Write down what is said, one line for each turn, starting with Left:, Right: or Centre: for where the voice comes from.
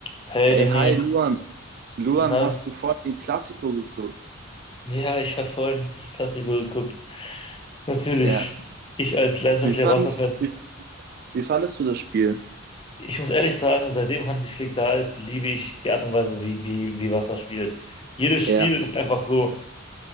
Left: Hey
Right: Ey,
Left: Danny,
Right: hi Luan. Luan,
Left: na,
Right: hast du vorhin den Klassiko geguckt?
Left: ja, ich habe vorhin das Klassiker geguckt. Natürlich,
Right: Ja.
Left: ich als leidenschaftlicher
Right: Wie fandest,
Left: Wasserfan.
Right: wie, wie fandest du das Spiel?
Left: Ich muss ehrlich sagen, seitdem Hansi Flick da ist, liebe ich die Art und Weise, wie, wie, wie Wasser spielt. Jedes
Right: Ja.
Left: Spiel ist einfach so,